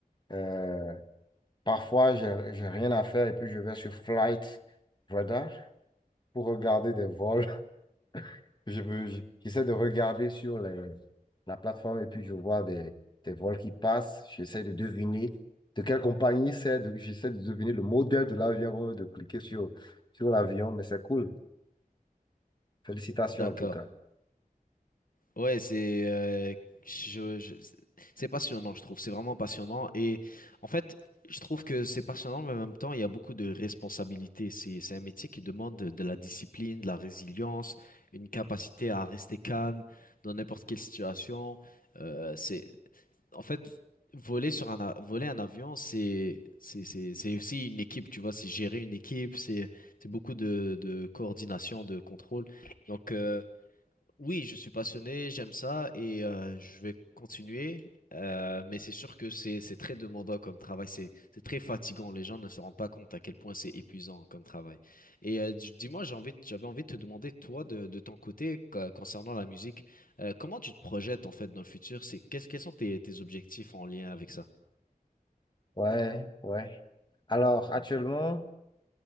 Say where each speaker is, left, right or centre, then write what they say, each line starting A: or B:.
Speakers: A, on the left; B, on the left.
A: Euh, Parfois, j'ai, j'ai rien à faire et puis je vais sur Flight Radar pour regarder des vols. <laughs> Je veux, je- j'essaie de regarder sur les- la plateforme et puis je vois des, des vols qui passent. J'essaie de deviner de quelle compagnie c'est. de- J'essaie de deviner le modèle de l'avion avant même de cliquer sur, sur l'avion. Mais c'est cool. Félicitations
B: D'accord.
A: en tout cas.
B: Ouais, c'est euh, je, je- c'est passionnant, je trouve. C'est vraiment passionnant. Et en fait, je trouve que c'est passionnant, mais en même temps, il y a beaucoup de responsabilités. C'est, c'est un métier qui demande de, de la discipline, de la résilience, une capacité à rester calme dans n'importe quelle situation. Euh, c'est, en fait, voler sur un, a- voler un avion, c'est, c'est, c'est, c'est aussi une équipe, tu vois. C'est gérer une équipe, c'est, c'est beaucoup de, de coordination, de contrôle. Donc, euh, oui, je suis passionné, j'aime ça et euh, je vais continuer. Euh, mais c'est sûr que c'est c'est très demandant comme travail, c'est c'est très fatigant. Les gens ne se rendent pas compte à quel point c'est épuisant comme travail. Et euh, dis- dis-moi, j'ai envie, de- j'avais envie de te demander toi de, de ton côté co- concernant la musique, euh, comment tu te projettes en fait dans le futur? C'est qu'est-ce quels sont tes, tes objectifs en lien avec ça?
A: Ouais, ouais. Alors, actuellement,